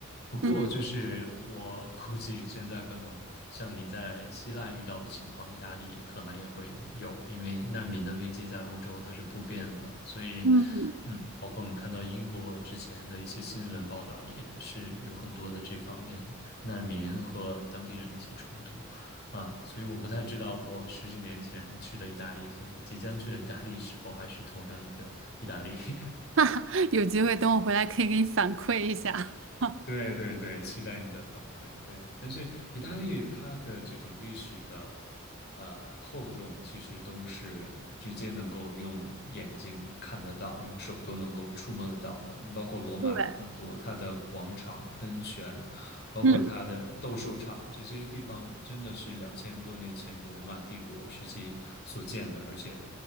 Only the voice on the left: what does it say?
不过，
就是我估计现在可能像你在希腊遇到的情况，意大利可能也会有，因为难民的危机在欧洲它是普遍的，所以，
嗯，包括我们看到英国之前的一些新闻报道，也是有很多的这方面难民和当地人的一些冲突。啊，所以我不太知道我十几年前去的意大利和你即将去的意大利是否还是同样一个意大利。<laughs>
对对对，期待你的反馈。对，但是意大利它的这种历史的呃厚重，其实都是直接能够用眼睛看得到，用手都能够触摸得到的。你包括罗马的很多，
它的广场、喷泉，包括它的斗兽场，
这些地方真的是两千多年前古罗马帝国时期所建的，而且